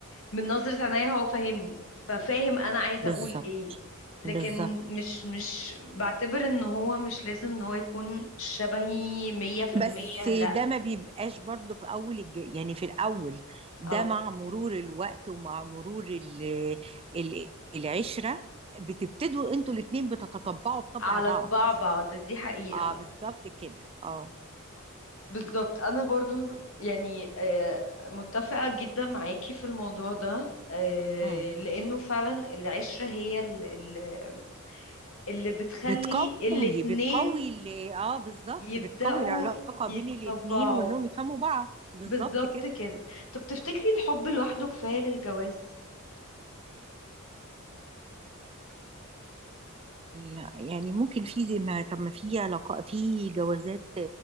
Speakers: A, on the left; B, on the right.
A: من نظرة عينيا هو فاهمني ففاهم انا عايزة
B: بالظبط
A: اقول ايه لكن
B: بالظبط
A: مش مش بعتبر ان هو مش لازم ان هو يكون شبهي مية في المية
B: بس
A: لا
B: ده ما بيبقاش برضه في اول الج... يعني في الاول ده
A: اه
B: مع مرور الوقت ومع مرور ال... ال... العشرة بتبتدوا انتوا الاتنين بتتطبعوا بطبع
A: على
B: بعض
A: طباع بعض دي حقيقة
B: اه بالظبط كده اه
A: بالظبط انا برضو يعني آه، متفقة جدا معاكي في الموضوع ده آه،
B: مم.
A: لانه فعلا العشرة هي ال- ال- اللي بتخلي
B: بتقوي
A: الاتنين
B: بتقوي ال... اه بالظبط
A: يبدأوا
B: بتقوي العلاقة
A: يتطبعوا
B: بين الاتنين وانهم يفهموا بعض بالظبط
A: بالظبط
B: كده
A: كده طب تفتكري الحب لوحده كفاية للجواز
B: لا يعني ممكن في زي ما طب ما في علاقة في جوازات